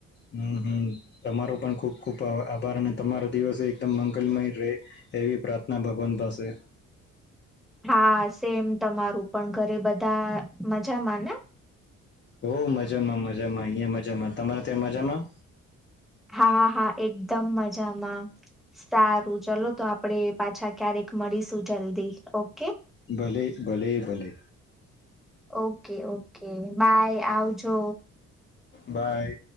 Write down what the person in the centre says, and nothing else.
હા સેમ તમારું પણ ઘરે બધા મજામાં ને
હા હા એકદમ મજામાં સારું ચલો તો આપડે પાછા ક્યારેક મળીશું જલ્દી ઓકે
ઓકે ઓકે બાય આવજો